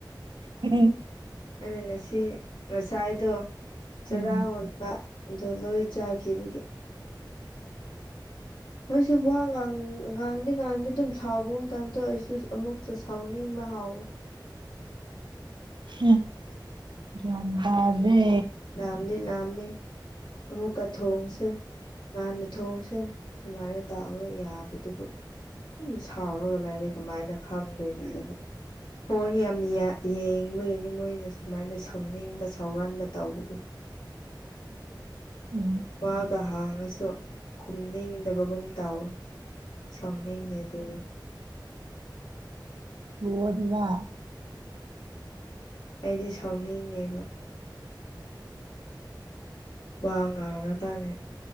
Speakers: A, on the right; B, on the left.
A: ꯎꯝ
B: ꯑꯩꯅ ꯉꯁꯤ ꯉꯁꯥꯏꯗꯣ ꯆꯔꯥ
A: ꯎꯝ
B: ꯍꯣꯟꯕ ꯑꯗꯣ ꯂꯣꯏ ꯆꯥꯈꯤꯕꯒꯤ ꯃꯣꯏꯁꯨ ꯋꯥ ꯉꯥꯡꯗꯦ ꯉꯥꯡꯗꯦ ꯑꯗꯨꯝ ꯁꯥꯎꯕꯒꯨꯝ ꯇꯥꯞ ꯇꯧꯌꯦ ꯑꯩꯁꯨ ꯑꯃꯨꯛꯁꯨ ꯁꯥꯎꯅꯤꯡꯕ ꯍꯥꯎꯋ
A: ꯍꯨꯝ ꯒꯌꯥꯟ ꯇꯥꯗꯔꯦ
B: ꯂꯝꯗꯤ ꯂꯝꯃꯦ ꯑꯃꯨꯛꯀ ꯊꯣꯡꯁꯦ ꯉꯥꯟꯅ ꯊꯣꯡꯁꯦ ꯁꯨꯃꯥꯏꯅ ꯇꯥꯛꯑꯒ ꯌꯥꯕꯗꯨꯕꯨ ꯑꯗꯨꯝ ꯁꯥꯎꯔꯒ ꯂꯥꯏ ꯀꯃꯥꯏꯅ ꯈꯪꯗꯣꯏꯅꯣ ꯍꯥꯏꯕ ꯍꯣꯔꯅ ꯌꯥꯝ ꯌꯦꯡꯕꯒꯤꯅꯤ ꯃꯣꯏꯅ ꯁꯨꯃꯥꯏꯅ ꯁꯥꯎꯅꯤꯡꯕ ꯁꯧꯍꯟꯕ ꯇꯧꯕꯗꯨꯣ
A: ꯎꯝ
B: ꯃꯥꯒ ꯍꯥꯡꯉꯁꯨ ꯈꯨꯝꯅꯤꯡꯗꯕꯒꯨꯝ ꯇꯥꯎꯋꯤ ꯁꯥꯎꯅꯤꯡꯉꯦ ꯑꯗꯨ
A: ꯍ ꯑꯗꯨꯅ
B: ꯑꯩꯗꯤ ꯁꯥꯎꯅꯤꯡꯉꯦꯕ ꯋꯥ ꯉꯥꯡꯔꯀꯥꯟꯅꯦꯦ